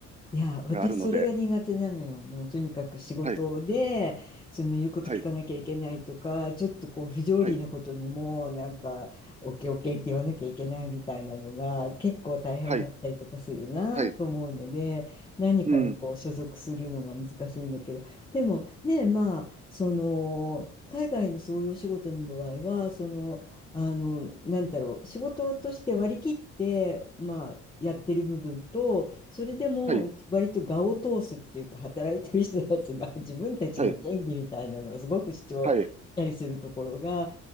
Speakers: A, on the left; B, on the right.
A: い。いや、私それが苦手なのよ。
B: があるので、
A: もうとにかく仕事で、
B: はい、
A: その言うこと聞かなきゃいけないとか、
B: はい、
A: ちょっとこう不条理なことにも、
B: はい、
A: なんか、オッケーオッケーって言わなきゃいけないみたいなのが結構大変だったりとかするなと思うので、
B: はい、はい、
A: 何かにこう所属するのが難しいんだけど、
B: うん、
A: でもね、まあ、その、海外のそういうお仕事の場合は、その、あの、なんだろう、仕事として割り切って、まあ、やってる部分と、それでも割と我を通すっていうか働いてる人たちが
B: はい、
A: <laughs> 自分たちの権利みたいなのをすごく主張したりするところが
B: はい、はい、